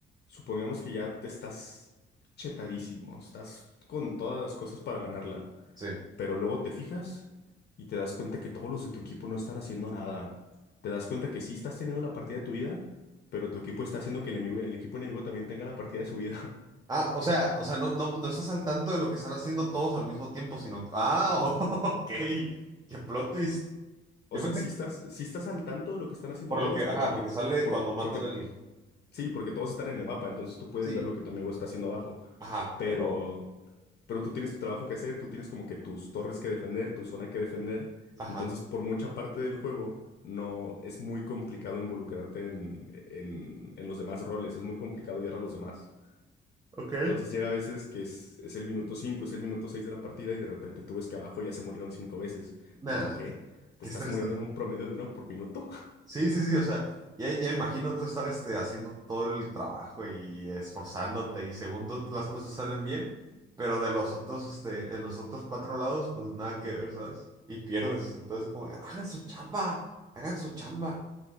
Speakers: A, on the left; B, on the right.
A: supongamos que ya te estás chetadísimo, estás con todas las cosas para ganarla,
B: Sí.
A: pero luego te fijas y te das cuenta que todos los de tu equipo no están haciendo nada. Te das cuenta que sí estás teniendo la partida de tu vida, pero tu equipo está haciendo que el enemigo- el equipo enemigo también tenga la partida de su vida. <laughs>
B: Ah, o sea, o sea, no, no, no estás al tanto de lo que están haciendo todos al mismo tiempo, sino, ah, <laughs> ok, qué plot twist.
A: O
B: Yo
A: sea,
B: pensé
A: sí estás,
B: que-
A: sí estás al tanto de lo que están haciendo
B: por
A: todos
B: lo que, ajá,
A: porque, ti-
B: porque sale
A: por-
B: cuando matan
A: porque
B: a alguien.
A: Sí, porque todos están en el mapa, entonces tú puedes
B: Sí,
A: ver lo que tu amigo está haciendo abajo.
B: ajá,
A: Pero,
B: pero,
A: pero tú tienes tu trabajo que hacer, tú tienes como que tus torres que defender, tu zona que defender.
B: ajá,
A: Entonces, por mucha parte del juego, no es muy complicado involucrarte en, en, en los demás roles, es muy complicado guiar a los demás.
B: ok,
A: Entonces llega a veces que es, es el minuto 5, es el minuto 6 de la partida y de repente tú ves que abajo ya se murieron cinco veces.
B: nada,
A: ¿Y tú qué? ¿Te
B: qué
A: estás
B: estresante.
A: muriendo en un promedio de uno por minuto?
B: Sí, sí, sí, o sea, ya, ya imagino tú estar este, haciendo todo el trabajo y esforzándote y segundo las cosas salen bien, pero de los otros, este, en los otros cuatro lados, pues nada que ver, ¿sabes? Y pierdes, entonces como, hagan su chamba, hagan su chamba.